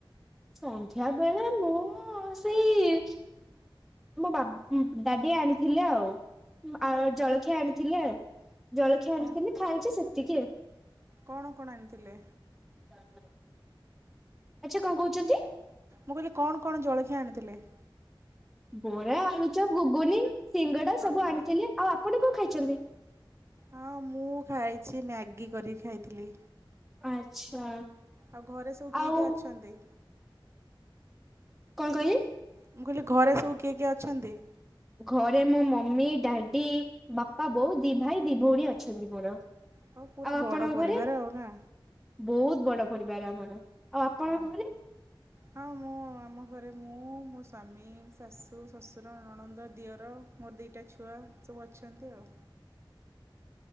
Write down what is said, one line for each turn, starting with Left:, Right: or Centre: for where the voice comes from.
Centre: ସନ୍ଧ୍ୟା ବେଳେ ମୁଁ ସେଇ ମୋ ବା ଡାଡି ଆଣିଥିଲେ ଆଉ। ଆ ଜଳଖିଆ ଆଣିଥିଲେ, ଜଳଖିଆ
Right: କଣ
Centre: ଆଣିଥିଲେ ଖାଇଚି ସେତିକି।
Right: କଣ କଣ ଆଣିଥିଲେ?
Centre: <unintelligible> ଆଚ୍ଛା କଣ କହୁଛନ୍ତି।
Right: ମୁଁ କହିଲି କଣ କଣ ଜଳଖିଆ ଆଣିଥିଲେ।
Centre: ବରା ଆଳୁଚପ ଘୁଗୁନି ସିଙ୍ଗଡ଼ା ସବୁ
Right: ଓହୋ
Centre: ଆଣିଥିଲେ ଆଉ ଆପଣ କଣ ଖାଇଛନ୍ତି।
Right: ହଁ ମୁଁ ଖାଇଛି ମ୍ୟାଗି କରିକି ଖାଇଥିଲି।
Centre: ଆଚ୍ଛା।
Right: ଆଉ ଘରେ ସବୁ କିଏ
Centre: ଆଉ
Right: କିଏ ଅଛନ୍ତି।
Centre: କଣ କହିଲେ।
Right: ମୁଁ କହିଲି ଘରେ ସବୁ କିଏ କିଏ ଅଛନ୍ତି।
Centre: ଘରେ ମୋ ମମି ଡାଡି ବାପା ବୋଉ ଦି ଭାଇ ଦି ଭଉଣୀ ଅଛନ୍ତି ମୋର।
Right: ହଉ ପୁରା
Centre: ଆଉ ଆପଣ
Right: ବଡ଼ ପରିବାର
Centre: ଘରେ
Right: ଆଉ ନା।
Centre: ବହୁତ୍ ବଡ଼ ପରିବାର ଆମର। ଆଉ ଆପଣଙ୍କ
Right: ହଁ
Centre: ଘରେ
Right: ହଁ ମୁଁ ଆମ ଘରେ ମୁଁ ମୋ ସ୍ୱାମୀ ଶାଶୁ ଶଶୁର ନଣନ୍ଦ ଦିଅର ମୋର ଦିଇଟା ଛୁଆ ସବୁ ଅଛନ୍ତି ଆଉ।